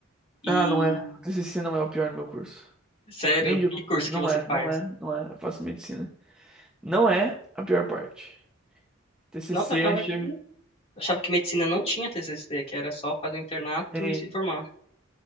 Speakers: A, on the left; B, in the centre.
A: E,
B: Ah, não é. O TCC não é o pior no meu curso.
A: sério,
B: Nem de digo,
A: que curso
B: não
A: que você
B: é,
A: faz?
B: não é, não é. Eu faço medicina. Não é a pior parte. TCC
A: Nossa, eu achava
B: é cheio.
A: que, eu achava que medicina não tinha TCC, que era só fazer o internato
B: Tem.
A: e se formar.